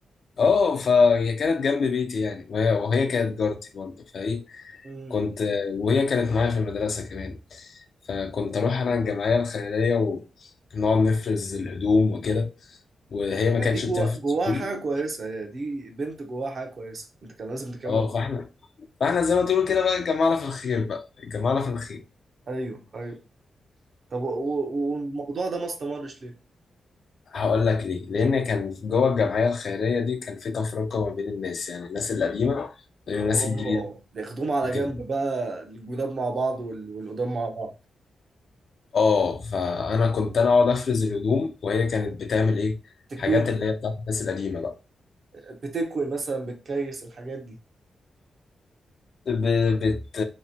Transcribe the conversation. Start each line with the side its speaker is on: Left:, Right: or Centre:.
Left: اه فهي كانت جنب بيتي يعني وهي, وهي كانت جارتي برضه فايه
Right: امم
Left: كنت وهي كانت معايا في المدرسة كمان فكنت أروح أنا الجمعية الخيرية ونقعد نفرز الهدوم وكده وهي
Right: يعني
Left: ما كانتش
Right: دي جوا
Left: بتفرز
Right: جواها
Left: هدوم
Right: حاجة كويسة يعني دي بنت جواها حاجة كويسة انت كان لازم تكمل
Left: اه فاحنا فاحنا زي ما تقول كده بقى اتجمعنا في الخير بقى اتجمعنا في الخير
Right: ايوه ايوه طب و- و- والموضوع ده ما استمرش ليه؟
Left: هقول لك ليه لان كان في- جوه الجمعيه الخيريه دي كان في تفرقه ما بين الناس يعني الناس القديمه غير
Right: اه
Left: الناس الجديده
Right: بياخدوهم على
Left: وكده
Right: جنب بقى الجداد مع بعض وال- والقدام مع بعض
Left: اه فانا كنت انا اقعد افرز الهدوم وهي كانت بتعمل ايه
Right: تكوين
Left: حاجات اللي هي بتاعت الناس القديمه بقى
Right: بتكوي مثلا بتكيس الحاجات دي
Left: ب... بت...